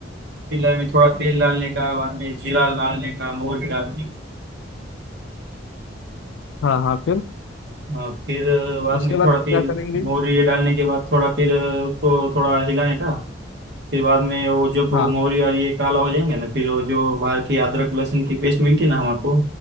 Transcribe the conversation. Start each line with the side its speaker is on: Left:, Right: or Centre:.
Right: पतीला में थोड़ा तेल डालने का बाद में जीरा डालने का मोहरी डालने
Left: हाँ हाँ फिर
Right: का अ, फिर अ, बाद
Left: उसके
Right: में
Left: बाद
Right: थोड़ा तेल
Left: क्या करेंगे
Right: मोहरी ये डालने के बाद थोड़ा फिर अ, उसको थोड़ा हिलाने का फिर बाद में वो जब वो
Left: हाँ
Right: मोहरी और ये काला हो जाएंगे ना फिर वो जो बाहर की अदरक लहसुन की पेस्ट मिलती है ना हमारे को